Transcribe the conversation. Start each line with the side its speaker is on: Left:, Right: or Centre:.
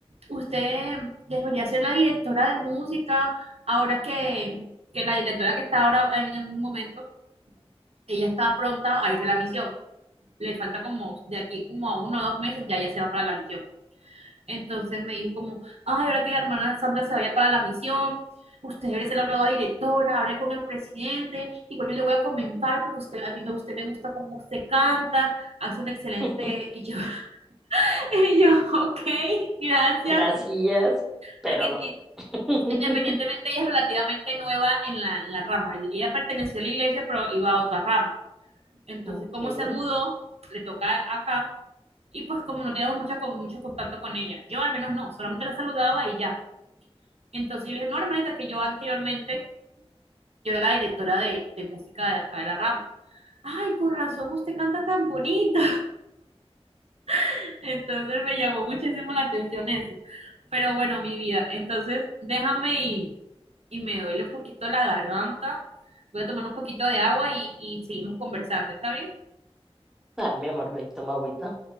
Right: usted debería ser la directora de música, ahora que, que la directora que está ahora en en un momento, ella está pronta a irse a la misión, le falta como de aquí como a uno o dos meses, ya ya se va para la misión. Entonces me dijo como, ay, ahora que la hermana Sandra se vaya para la misión, usted debe ser la nueva directora, hable con el presidente, igual yo le voy a comentar porque usted, a mí me, usted me gusta cómo usted canta, hace un excelente,
Centre: <laughs>
Right: y yo, <laughs> y yo, ok, gracias,
Centre: Gracias, pero
Right: porque
Centre: no.
Right: i-
Centre: <laughs>
Right: independientemente ella es relativamente nueva en la, en la rama, ella perteneció a la iglesia pero iba a otra rama, entonces
Centre: Ok.
Right: como se mudó, le toca acá. Y pues como no teníamos mucha, con- mucho contacto con ella, yo al menos no, solamente la saludaba y ya. Entonces yo le dije, no, hermanita, que yo anteriormente, yo era la directora de, de música de acá de la rama. Ay, con razón, usted canta tan bonito. <laughs> Entonces me llamó muchísimo la atención eso. Pero bueno, mi vida, entonces déjame y, y me duele un poquito la garganta. Voy a tomar un poquito de agua y, y seguimos conversando, ¿está bien?
Centre: Dale, mi amor, ve y toma agüita.